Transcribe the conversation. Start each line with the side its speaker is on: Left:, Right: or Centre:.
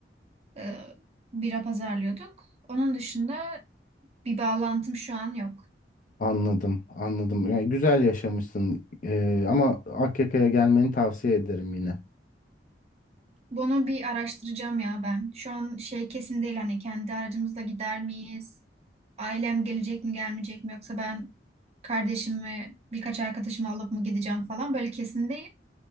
Right: Ee, bira pazarlıyorduk. Onun dışında bir bağlantım şu an yok.
Left: Anladım, anladım. Yani güzel yaşamışsın. E, ama Akyaka'ya gelmeni tavsiye ederim yine.
Right: Bunu bir araştıracağım ya ben. Şu an şey kesin değil hani kendi aracımızla gider miyiz? Ailem gelecek mi gelmeyecek mi yoksa ben kardeşimi birkaç arkadaşımı alıp mı gideceğim falan böyle kesin değil.